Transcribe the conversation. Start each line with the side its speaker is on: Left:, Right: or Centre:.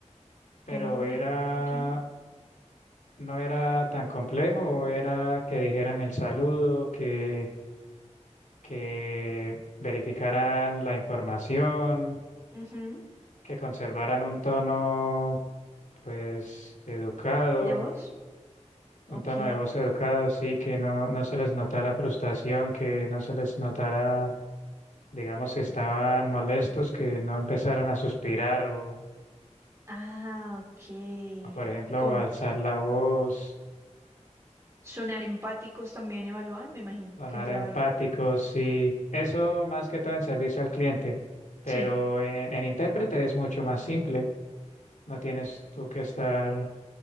Left: pero
Right: Uy,
Left: era,
Right: ok.
Left: no era tan complejo, era que dijeran el saludo, que, que verificaran la información,
Right: Ujú,
Left: que conservaran un tono, pues, educado,
Right: ¿De vos? Ok.
Left: un tono de voz educado, sí, que no, no se les notara frustración, que no se les notara, digamos, si estaban molestos, que no empezaran a suspirar o,
Right: Ah, ok.
Left: o, por ejemplo,
Right: Con
Left: a alzar la voz
Right: sonar empáticos también evaluaban, me imagino,
Left: Sonar
Right: que entraba
Left: empáticos
Right: ahí.
Left: y eso más que todo en servicio al cliente, pero
Right: Sí,
Left: en, en intérprete es mucho más simple, no tienes tú que estar